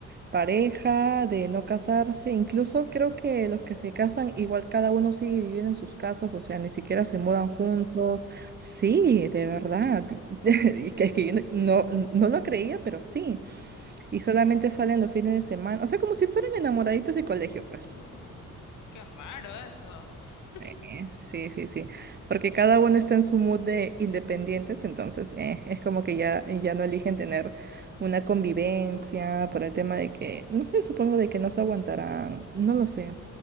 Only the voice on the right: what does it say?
pareja, de no casarse, incluso creo que los que se casan, igual cada uno sigue viviendo en sus casas, o sea, ni siquiera se mudan juntos. Sí, de verdad, <laughs> Es que, que yo no, no no lo creía, pero sí. Y solamente salen los fines de semana. O sea, como si fueran enamoraditos de colegio, pues.
Eh, Sí, sí, sí. Porque cada uno está en su mood de independientes, entonces eh, es como que ya, ya no eligen tener una convivencia por el tema de que, no sé, supongo de que no se aguantarán, no lo sé.